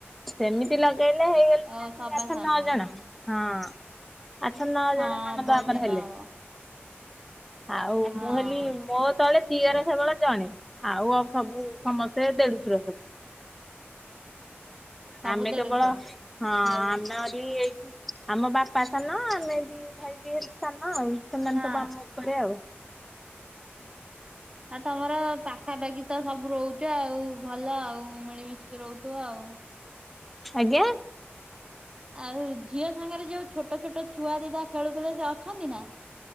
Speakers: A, in the centre; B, on the right (about 20°).
A: ସେମିତି ଲଗେଇଲେ ହେଇଗଲେଣି
B: ଓ ସବା
A: ଆସ ଆଠ
B: ସାନ
A: ନଅ ଜଣ
B: ହଁ
A: ହଁ। ଆଠ ନଅ
B: ହଁ
A: ଜଣ ନଣନ୍ଦ
B: ବୋଉ
A: ଆମର
B: ଜଣ
A: ହେଲେ।
B: ହବ।
A: ଆଉ
B: ହଁ
A: ମୁଁ ହେଲି ମୋ ତଳେ ଦିଅର ସେବଳ ଜଣେ ଆଉ ସବୁ ସମସ୍ତେ ଦେଢଶୁର ସବୁ।
B: ସବୁ
A: ଆମେ
B: ଦେଢଶୁର
A: କେବଳ ହଁ ଆମେରି
B: ଦିଅର
A: ଏଇଠି ଳ ଆମ ବାପା ସାନ ଆମେ ଦି ଭାଇ ବି ହେଲୁ ସାନ ଆଉ ସେମାନେ
B: ହଁ
A: ସବୁ ଆମ ଉପରେ ଆଉ।
B: ଆଉ ତମର ପାଖାପାଖି ତ ସବୁ ରହୁଚ ଆଉ ଭଲ ଆଉ ମିଳିମିଶିକି ରହୁଥିବ ଆଉ।
A: ଆଜ୍ଞା।
B: ଆଉ ଝିଅ ସାଙ୍ଗରେ ଯୋଉ ଛୋଟ ଛୋଟ ଛୁଆ ଦିଟା ଖେଳୁଥିଲେ ସେ ଅଛନ୍ତି ନାଁ?